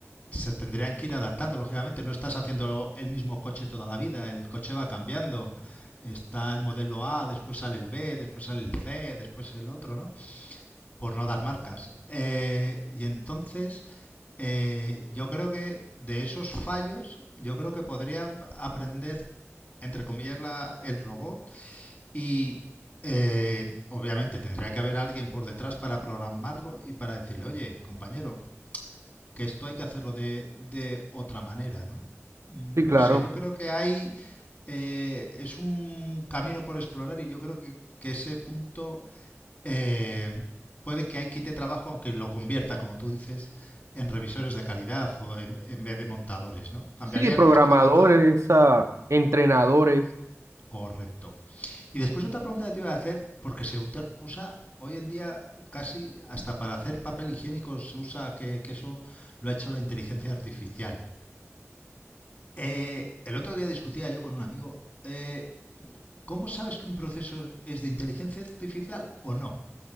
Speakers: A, on the left (about 35°); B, on the right (about 70°).
A: se tendrían que ir adaptando, lógicamente. No estás haciendo el mismo coche toda la vida, el coche va cambiando. Está el modelo A, después sale el B, después sale el C, después el otro, ¿no? Por no dar marcas. Eh, y entonces, eh, yo creo que de esos fallos, yo creo que podría aprender, entre comillas, la- el robot y eh, obviamente tendría que haber alguien por detrás para programarlo y para decirle, oye, compañero, que esto hay que hacerlo de, de otra manera, ¿no? Mm,
B: Sí, claro.
A: No sé, yo creo que hay... eh, es un camino por explorar y yo creo que, que ese punto eh, puede que ahí quite trabajo, aunque lo convierta, como tú dices, en revisores de calidad o en, en vez de montadores, ¿no? Cambiaría
B: Sí, programadores,
A: el puesto de montador
B: ah, entrenadores.
A: Correcto. Y después otra pregunta que te iba a hacer, porque se uta- usa hoy en día casi hasta para hacer papel higiénico, se usa que, que eso lo ha hecho la inteligencia artificial. Eh, el otro día discutía yo con un amigo, eh, ¿cómo sabes que un proceso es de inteligencia artificial o no?